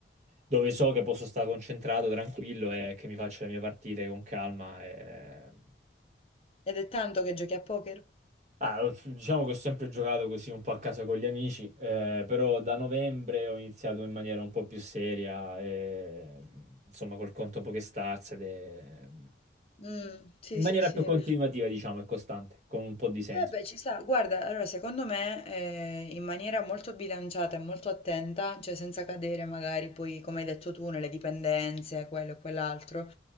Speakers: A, on the right (about 40°); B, on the left (about 35°).
A: Dove so che posso stare concentrato, tranquillo e che mi faccio le mie partite con calma. e-
B: Ed è tanto che giochi a poker?
A: Ah, ho- diciamo che ho sempre giocato così un po' a casa con gli amici, eh, però da novembre ho iniziato in maniera un po' più seria, eh, insomma col conto PokéStars ed è-
B: Mm, sì,
A: in maniera
B: sì, sì.
A: più continuativa, diciamo, e costante, con un po' di senso.
B: Eh beh, ci sta, guarda, allora secondo me eh, in maniera molto bilanciata e molto attenta, cioè senza cadere magari poi, come hai detto tu, nelle dipendenze, quello e quell'altro,